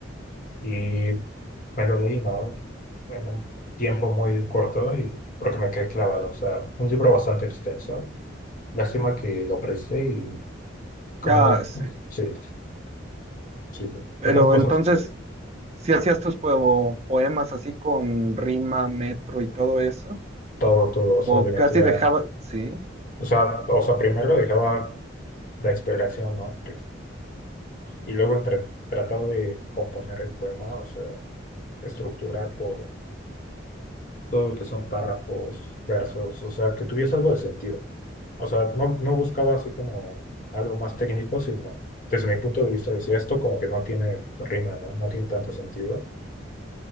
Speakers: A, on the left (about 40°); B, on the right (about 35°).
A: y me lo leí, ¿no? En un tiempo muy corto y porque me quedé clavado. O sea, un libro bastante extenso. Lástima que lo presté y como,
B: Ah, sí.
A: sí, sí,
B: Pero
A: esas cosas
B: entonces,
A: suceden.
B: ¿si hacías tus po- poemas así con rima, metro y todo eso?
A: Todo, todo,
B: ¿O
A: o sea, le metía,
B: casi dejaba? Sí.
A: o sea, o sea, primero dejaba la exploración, ¿no? Y luego entre, tratado de componer el poema, o sea, estructurar por todo lo que son párrafos, versos, o sea, que tuviese algo de sentido. O sea, no, no buscaba así como algo más técnico, sino desde mi punto de vista decía esto como que no tiene rima, ¿no? No tiene tanto sentido.